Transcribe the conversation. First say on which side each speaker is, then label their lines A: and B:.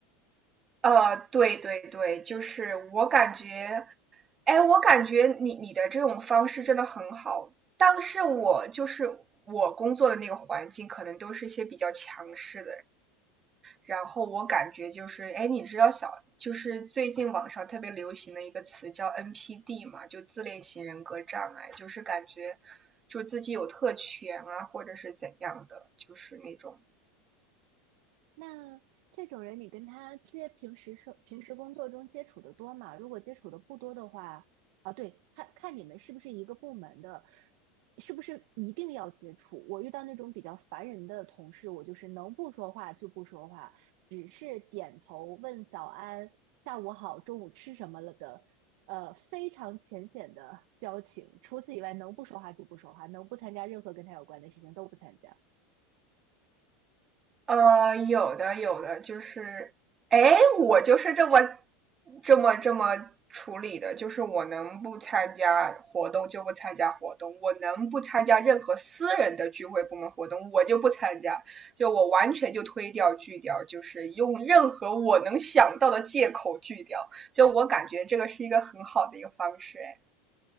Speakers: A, on the right; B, on the right.
A: 呃，对对对，就是我感觉哎，我感觉你你的这种方式真的很好，但是我就是我工作的那个环境，可能都是一些比较强势的然后我感觉就是，哎，你知道小就是最近网上特别流行的一个词叫 NPD 嘛，就自恋型人格障碍，就是感觉就自己有特权啊，或者是怎样的，就是那种
B: 那这种人，你跟他接平时生平时工作中接触的多吗？如果接触的不多的话，啊，对，看看你们是不是一个部门的，是不是一定要接触？我遇到那种比较烦人的同事，我就是能不说话就不说话，只是点头问早安、下午好、中午吃什么了的，呃，非常浅显的交情。除此以外，能不说话就不说话，能不参加任何跟他有关的事情都不参加。
A: 呃，有的有的，就是，哎，我就是这么这么这么处理的，就是我能不参加活动就不参加活动，我能不参加任何私人的聚会部门活动，我就不参加，就我完全就推掉拒掉，就是用任何我能想到的借口拒掉，就我感觉这个是一个很好的一个方式，哎，